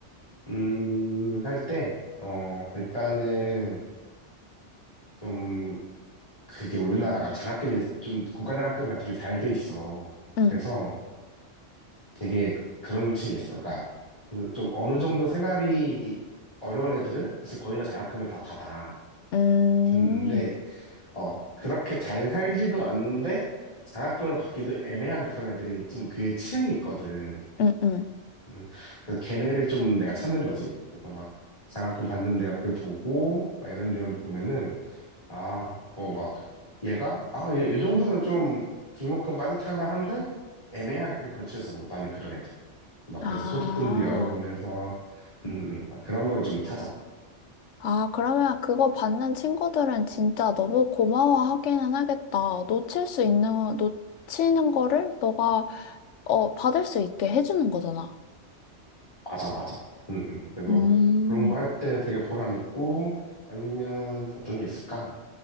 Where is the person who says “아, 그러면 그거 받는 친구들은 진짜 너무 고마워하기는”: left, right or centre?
Left